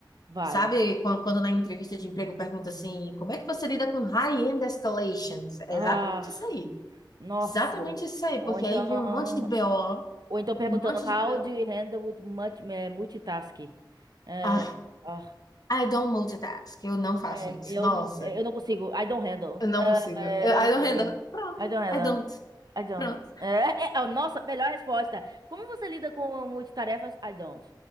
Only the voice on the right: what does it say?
Vai.
Ah,
nossa.
Ou
então,
ou então perguntando
how
do you handle with much, eh, multitasking? Eh,
ah,
é,
eu
não, eu não consigo. I don't handle.
Eh,
eh,
não consigo.
I don't handle.
I don't.
Eh, eh, ah, nossa, melhor resposta. Como você lida com multitarefas? I don't.